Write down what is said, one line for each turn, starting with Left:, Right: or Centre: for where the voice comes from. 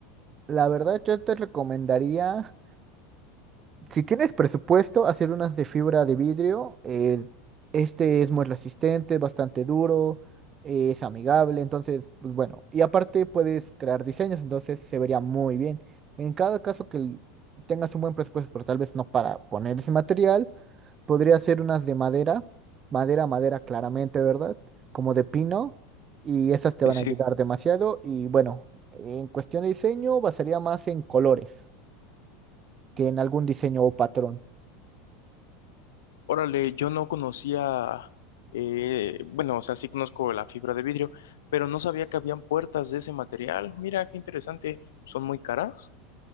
Right: La verdad, yo te recomendaría. Si tienes presupuesto, hacer unas de fibra de vidrio. eh, este es muy resistente, bastante duro, eh, es amigable, entonces, pues bueno. Y aparte puedes crear diseños, entonces se vería muy bien. En cada caso que l- tengas un buen presupuesto, pero tal vez no para poner ese material, podría hacer unas de madera, madera, madera claramente, ¿verdad? Como de pino, y esas te
Left: Sí,
Right: van a ayudar
Left: sí.
Right: demasiado. Y bueno, en cuestión de diseño, basaría más en colores que en algún diseño o patrón.
Left: Órale, yo no conocía, eh, bueno, o sea, sí conozco la fibra de vidrio, pero no sabía que habían puertas de ese material. Mira, qué interesante. ¿Son muy caras?